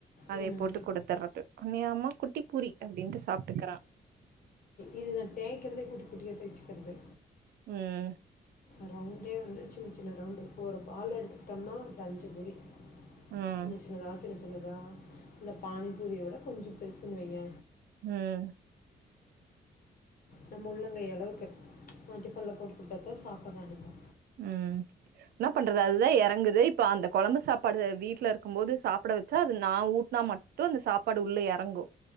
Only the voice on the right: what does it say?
அதே
போட்டு குடுத்துறது உண்மையாமா குட்டி பூரி அப்டின்ட்டு சாப்ட்டுக்குறான்
ம்
ம்
உம்
உம் நா பண்றது அதுதான் இறங்குது இப்ப அந்த குழம்பு சாப்பாடு வீட்டுல இருக்கும்போது சாப்பிட வச்சா அது நா ஊட்டினா மட்டும் அந்த சாப்பாடு உள்ள இறங்கும்